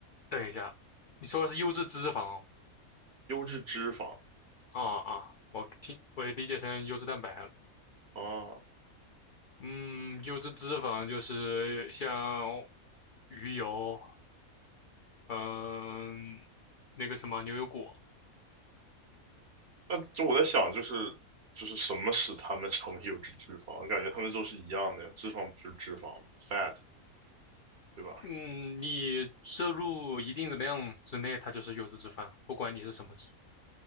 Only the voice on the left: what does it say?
等一下，你说的是优质脂肪
哦啊啊，我听我也理解成优质蛋白了。
嗯，优质脂肪就是像鱼油，嗯，那个什么牛油果，
嗯，你摄入一定的量之内，它就是优质脂肪，不管你是什么脂肪